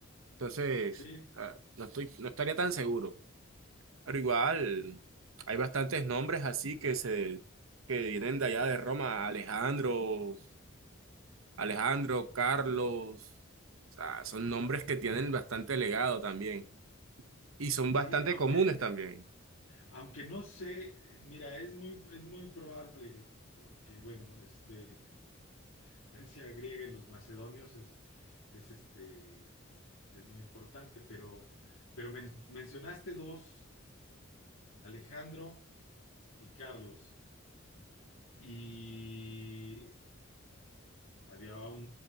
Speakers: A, on the right; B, on the left.
A: entonces,
B: sí,
A: ah, no estoy, no estaría tan seguro. Pero igual, hay bastantes nombres así que se que vienen de allá de Roma, Alejandro, Alejandro, Carlos, o sea, son nombres que tienen bastante legado también y son
B: sí,
A: bastante
B: aunque,
A: comunes también.
B: aunque no sé, mira, es muy, es muy probable, porque bueno, este, la herencia griega en los macedonios es, es este, es muy importante, pero, pero men- mencionaste dos, Alejandro y Carlos. Y Había un,